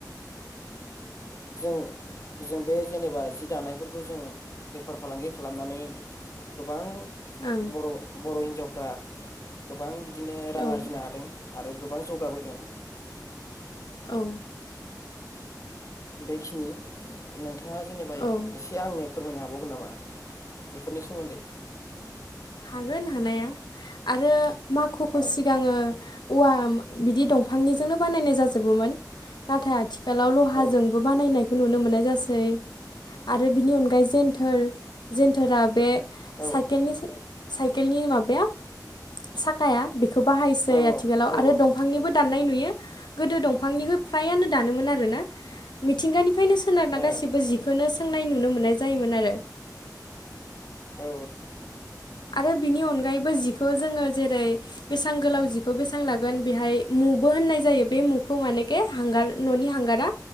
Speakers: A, on the left (about 45°); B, on the left (about 85°).
A: <inaudible> जों बे जेनेबा जि दानायफोरखौ जोङो बेफार फालांगि खालामनानै गोबां
B: ओं
A: बर' बर' हिनजाव फ्रा गोबां बिदिनो रां
B: औ
A: आरजिनो हादों। आरो गोबां जौगाबोदों।
B: औ
A: बेखिनि नों थाङा जेनेबा
B: औ
A: एसे आंनो फोरमायनो हाबावगोन नामा बेफोरनि सोमोन्दै?
B: हागोन हानाया आरो माखुखौ
A: औ
B: सिगाङो औवा बिदि दंफांनिजोंनो बानायनाय जाजोबोमोन नाथाय आथि खालाव लहाजोंबो
A: औ
B: बानायनाय खौ नुनो मोननाय जासै आरो बेनि अनगायै जेेनथोर जेन्थोरा बे
A: औ
B: साइकेलनि साइकेलनि माबाया साखाया बेखौ बाहायसै
A: औ
B: आथिखालाव
A: औ
B: आरो दंफांनिबो दाननाय नुयो गोदो दंफांनिखो फ्रायानो दानोमोन आरोना मिथिंगानिफ्रायनो सोनारना
A: ए
B: गासैबो जिखोनो सोंनाय नुनो मोननाय जायोमोन आरो।
A: औ
B: आरो बिनि अनगायैबो जिखौ जोङो जेरै बेसेबां गोलाव जिखौ बेसेबां लागोन बेहाय मुबो होननाय जायो बे मुखौ मानेखे हांगार न'नि हांगारा